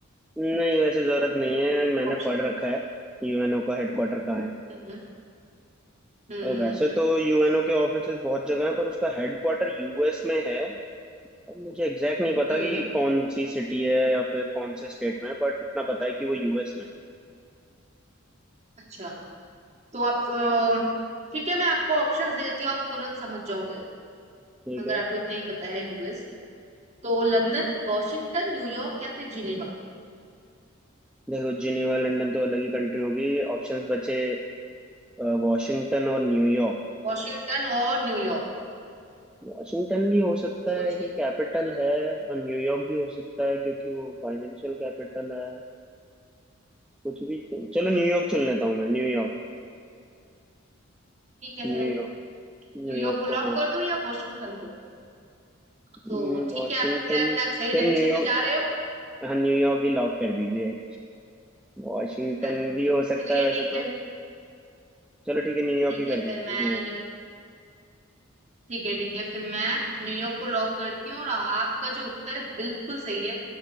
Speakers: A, in the centre; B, on the right.
A: नहीं वैसे जरूरत नहीं है मैंने
B: ऑप्शन
A: पढ़ रखा है यूएनओ का हेडक्वार्टर कहाँ है
B: हम्म हम्म हम्म
A: और वैसे तो यूएनओ के ऑफिसेज बहुत जगह हैं पर उसका हेडक्वार्टर यूएस में है अब मुझे एग्जैक्ट नहीं पता
B: हम्म
A: कि
B: हम्म,
A: कौन सी सिटी है या फिर कौन से स्टेट में है बट इतना पता है कि वो यूएस में है
B: अच्छा तो आप अम, ठीक है मैं आपको ऑप्शंस दे देती हूँ आप तुरंत समझ जाओगे
A: ठीक
B: अगर
A: है
B: आपको इतना ही पता है यूएस तो लंदन वॉशिंगटन न्यूयॉर्क या फिर जिनेवा
A: देखो जिनेवा लंदन तो अलग ही कंट्री होगी ऑप्शंस बचे अ, वॉशिंगटन और न्यूयॉर्क
B: वॉशिंगटन और न्यूयॉर्क
A: वॉशिंगटन भी हो सकता
B: सोचिए
A: है क्योंकि कैपिटल है और न्यूयॉर्क भी हो सकता है क्योंकि वो फाइनेंशियल कैपिटल है कुछ भी चुन- चलो न्यूयॉर्क चुन लेता हूँ मैं न्यूयॉर्क
B: ठीक है
A: न्यूयॉर्क
B: फिर
A: न्यूयॉर्क
B: न्यूयॉर्क को
A: को
B: लॉक कर दूं या वॉशिंगटन को
A: हम्म,
B: तो ठीक
A: वॉशिंगटन
B: है आप क्या लगता है आप सही
A: चल
B: डायरेक्शन
A: न्यूयॉर्क
B: में जा रहे हो
A: हाँ न्यूयॉर्क ही लॉक कर दीजिए वॉशिंगटन
B: <laughs>
A: भी हो सकता
B: चलिए
A: है वैसे
B: ठीक
A: तो
B: है
A: चलो ठीक है न्यूयॉर्क
B: ठीक
A: ही
B: है
A: कर
B: फिर
A: दीजिए
B: मैं
A: न्यूयॉर्क
B: न्यू ठीक है ठीक है फिर मैं न्यूयॉर्क को लॉक करती हूँ और आपका जो उत्तर है बिल्कुल सही है